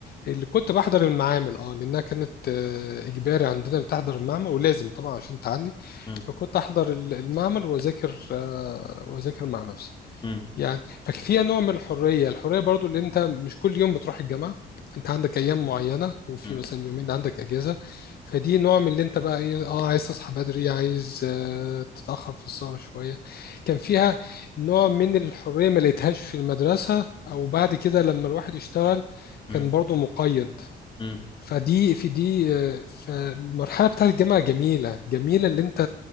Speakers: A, on the left (about 50°); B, on the left (about 25°).
A: اللي كنت بحضر المعامل اه لانها كانت آه، اجباري عندنا بتحضر المعمل ولازم طبعا عشان تعدي
B: امم
A: فكنت احضر ال- المعمل واذاكر آه، واذاكر مع نفسي
B: امم
A: يعني ففيها نوع من الحرية الحرية برضو اللي انت مش كل يوم بتروح الجامعة انت عندك ايام معينة وفي
B: امم
A: مثلا يومين عندك اجازة فدي نوع من اللي انت بقى ايه اه عايز تصحى بدري عايز آه تتأخر في السهرة شوية كان فيها نوع من الحرية ما لقيتهاش في المدرسة او بعد كده لما الواحد اشتغل
B: امم.
A: كان برضو مقيد
B: مم.
A: فدي في دي فالمرحلة بتاعت الجامعة جميلة جميلة اللي انت